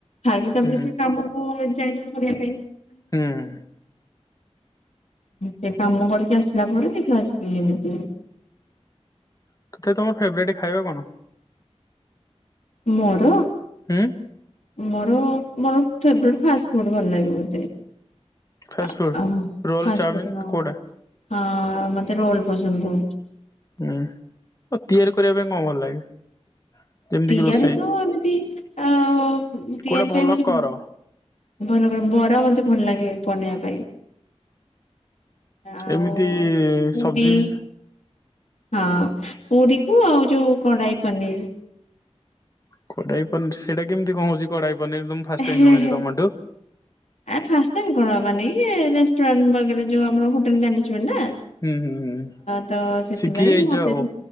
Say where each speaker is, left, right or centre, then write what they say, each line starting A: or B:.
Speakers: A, on the left; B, on the left.
A: ଖାଇକି ତାପରେ
B: ହୁଁ
A: ସେ <inaudible> କରିବା ପାଇଁ
B: ହୁଁ।
A: ସେ କାମ କରିକି ଆସିଲା ପରେ ଦେଖିଲା ଆସିକି ଏମିତି
B: <inaudible> ତମର ଫେବରାଇଟ ଖାଇବା କଣ?
A: ମର
B: ଉଁ
A: ମୋର ମୋର ଫେବରେଟ ଫାଷ୍ଟ ଫୁଡ ଭନ ଲାଗେ ମୋତେ ଅ
B: ଫାଷ୍ଟଫୁଡ?
A: ହା
B: ରୋଲ
A: ଫାଷ୍ଟଫୁଡ
B: ଚାଉମିିନ
A: ହଁ
B: କୋଉଟା?
A: ହଁ ମତେ ରୋଲ ପସନ୍ଦ ବହୁତୁ
B: ହୁଁ ଓ ତିଆରି କରିବା ପାଇଁ କଣ ଭଲ ଲାଗେ? ଯେମିତି
A: ତିଆରି
B: କିି ରୋଷେଇ
A: ତ ଏମିତି ଅ
B: କୋଉଟା
A: ତିଆରି
B: ଭଲ
A: ପାଇଁ ମତେ
B: କର
A: ଭଲ ବରା ମତେ ଭଲ ଲାଗେ। ପନିବା ପାଇଁ ଆଉ
B: ଏମିତି
A: ପୁରୀ
B: ସବଜି ବି
A: ହଁ ପୁରୀକୁ ଆଉ ଯୋଉ କଢାଇ ପନିର
B: କଡାଇ ପନିର ସେଇଟା କେମିତି କଣ ହଉଛି କଡାଇ ଫାଷ୍ଟ ଟାଇମ୍
A: ହେ
B: ଜାଣୁଛି
A: ହେ
B: ତମଠୁ।
A: ଆ ଫାଷ୍ଟ ଟାଇମ ମାନେ ରେଷ୍ଟୁରାଣ୍ଟ ପାକରେ ଯୋଉ ଆମର ହୋଟଲ ମ୍ୟାନେ ନା
B: ହୁଁ ହୁଁ ହୁଁ
A: ତ ସେଥିପାଇଁ
B: ଶିଖି ଯାଇଛ
A: ମତେ
B: ଆଉ